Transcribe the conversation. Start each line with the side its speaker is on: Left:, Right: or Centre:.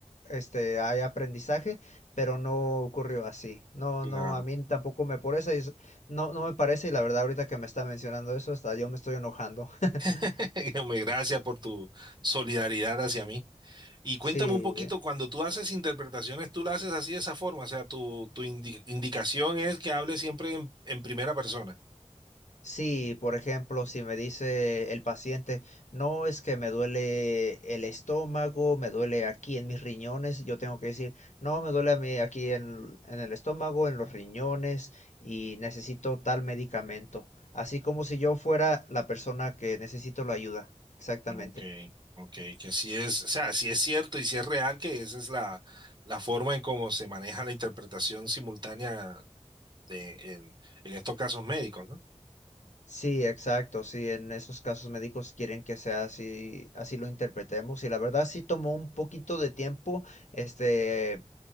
Left: este, hay aprendizaje, pero no ocurrió así. No,
Right: Claro.
Left: no, a mí tampoco me parece, y es- no, no me parece, y la verdad ahorita que me está mencionando eso, hasta yo me estoy enojando. <laughs>
Right: <laughs> Hombre, Gracias por tu solidaridad hacia mí. Y cuéntame
Left: Sí,
Right: un poquito, cuando tú haces interpretaciones, tú las haces así de esa forma, o sea, tu, tu indi- indicación es que hables siempre en en primera persona.
Left: Sí, por ejemplo, si me dice el paciente, no es que me duele el estómago, me duele aquí en mis riñones, yo tengo que decir, no, me duele a mí aquí en, en el estómago, en los riñones y necesito tal medicamento. Así como si yo fuera la persona que necesito la ayuda. Exactamente.
Right: Ok, ok, que sí es, o sea, sí es cierto y sí es real que esa es la, la forma en cómo se maneja la interpretación simultánea de, en, en estos casos médicos, ¿no?
Left: Sí, exacto, sí, en esos casos médicos quieren que sea así, así lo interpretemos y la verdad sí tomó un poquito de tiempo, este,